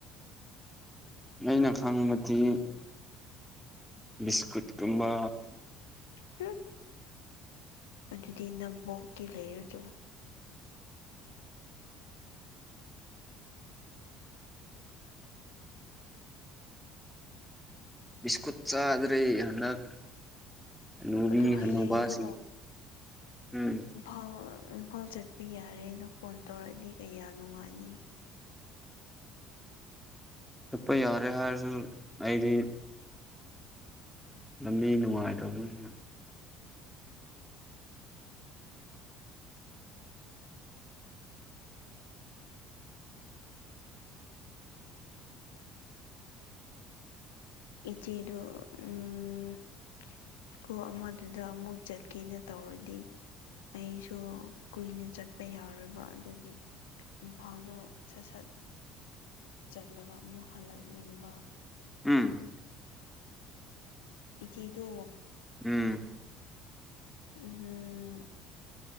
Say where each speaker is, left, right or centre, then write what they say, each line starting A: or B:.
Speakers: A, in the centre; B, on the left.
A: ꯑꯩꯅ ꯈꯪꯕꯗꯤ ꯕꯤꯁꯀꯨꯠꯀꯨꯝꯕ꯫
B: ꯍꯨꯝ ꯑꯗꯨꯗꯤ ꯅꯕꯣꯛꯀꯤ ꯂꯩꯔꯨꯆꯣ꯫
A: ꯕꯤꯁꯀꯨꯠ ꯆꯥꯗ꯭ꯔꯦ ꯍꯟꯗꯛ ꯍꯥꯅꯨꯕꯤ
B: ꯑꯗꯣ ꯍꯌꯦꯡꯗꯣ
A: ꯍꯥꯅꯨꯕꯥꯁꯤꯡ ꯍꯨꯝ
B: ꯑ ꯏꯝꯐꯥꯜ ꯆꯠꯄ ꯌꯥꯔꯦꯅ ꯐꯣꯟ ꯇꯧꯔꯛꯑꯗꯤ ꯀꯩꯌꯥ ꯅꯨꯡꯉꯥꯏꯅꯤ꯫
A: ꯆꯠꯄ ꯌꯥꯔꯦ ꯍꯥꯏꯔꯁꯨ ꯑꯩꯗꯤ ꯂꯝꯕꯤ ꯅꯨꯡꯉꯥꯏꯇꯕꯅꯤꯅ
B: ꯏꯆꯦꯗꯣ ꯎꯝ ꯁ꯭ꯀꯨꯜ ꯑꯃꯗꯨꯗ ꯑꯃꯨꯛ ꯆꯠꯀꯦꯅ ꯇꯧꯔꯗꯤ꯫ ꯑꯩꯁꯨ ꯀꯨꯏꯅ ꯆꯠꯄ ꯌꯥꯔꯣꯏꯕ ꯑꯗꯨꯒꯤ꯫ ꯏꯝꯐꯥꯜꯗꯣ ꯁꯠ ꯁꯠ ꯆꯠꯂꯒ ꯑꯃꯨꯛ ꯍꯜꯂꯛꯅꯤꯡꯕ꯫
A: ꯎꯝ
B: ꯏꯆꯦꯗꯣ
A: ꯎꯝ
B: ꯎꯝ ꯍꯨꯝ